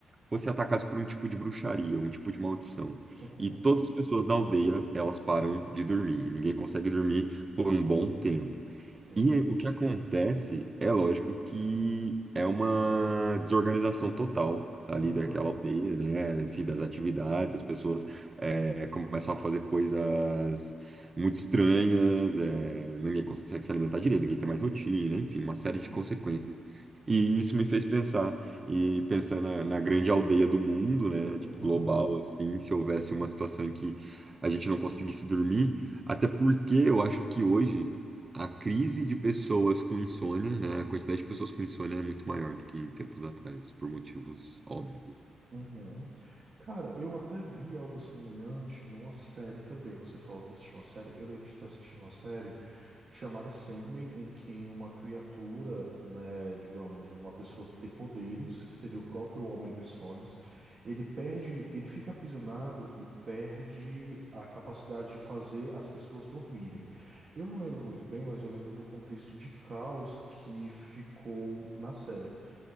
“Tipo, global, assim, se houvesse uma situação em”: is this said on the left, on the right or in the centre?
Right